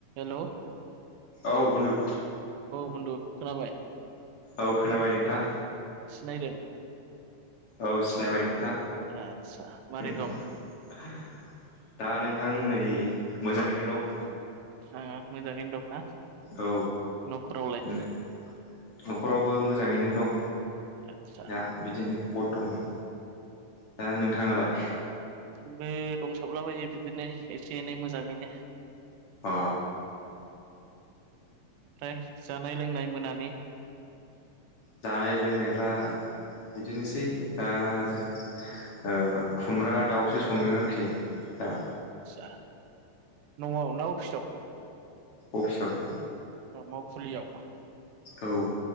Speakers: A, on the right; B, on the left.
A: Hello.
B: औ बुन्दु
A: बुन्दु खोनाबाय?
B: औ खोनाबाय नोंथां।
A: सिनायदों?
B: औ सिनाइबाय नोंथां।
A: आदसा मारै
B: <inaudible>
A: दं
B: दा नोंथां नै मोजाङैनो दं।
A: हो मोजाङैनो दंना?
B: औ
A: न'खरावलाय
B: नोंथ नखरावबो मोजाङैनो दं।
A: आदसा
B: दा बिदिनो बरथमान। दा नोंथाङालाय?
A: आंबो दंसाबलाबायो बिदिनो एसे एनै मोजाङैनो।
B: अ
A: <inaudible> ओमफ्राय जानाय लोंनाय मोनान नि
B: जानाय लोंनायफ्रा बिदिनोसै दा जों। ओ खुमब्रा दाउसो संदों आरखि दा।
A: आदसा नवाव ना अफिसाव?
B: अफिसाव सो।
A: औ मावखुलियाव।
B: औ।